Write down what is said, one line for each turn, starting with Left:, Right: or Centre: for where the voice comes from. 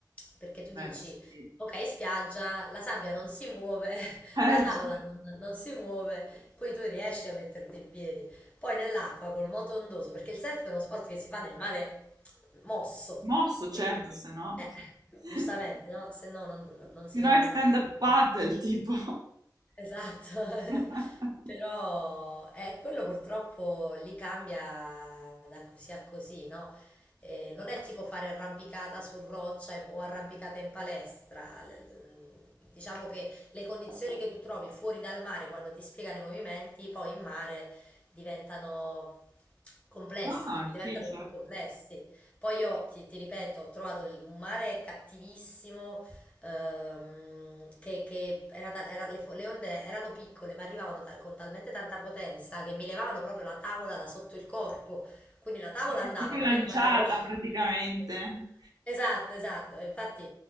Left: perché tu
Right: eh,
Left: dici,
Right: sì.
Left: ok, spiaggia, la sabbia non si muove, <laughs>
Right: Eh,
Left: la tavola
Right: <laughs> sì.
Left: non, non si muove, qui tu riesci a metterti in piedi. Poi nell'acqua col moto ondoso, perché il surf è uno sport che si fa nel mare mosso.
Right: mosso,
Left: Quindi,
Right: certo, se no...
Left: eh,
Right: <laughs>
Left: giustamente, no? Se no non, non- non si
Right: Se no
Left: chiama...
Right: è stand-up
Left: non- non- potrebbe-
Right: paddle, tipo.
Left: Esatto, <laughs>
Right: <laughs>
Left: però eh, quello purtroppo lì cambia da così a così, no? Eh, non è tipo fare arrampicata su roccia e- o arrampicata in palestra. L- Diciamo che le condizioni che tu trovi fuori dal mare quando ti spiegano i movimenti, poi in mare diventano complessi,
Right: No,
Left: div- diventano
Right: sì, certo.
Left: più complessi. Poi io ti, ti ripeto, ho trovato il- un mare cattivissimo ehm, che, che era tal- era- le, fo- le onde erano piccole ma arrivavano ta- con talmente tanta potenza che mi levavano proprio la tavola da sotto il corpo. Quindi la tavola
Right: Sei
Left: andava,
Right: proprio
Left: ma
Right: lanciata
Left: io rimanevo... <laughs>
Right: praticamente.
Left: Esatto, esatto. Infatti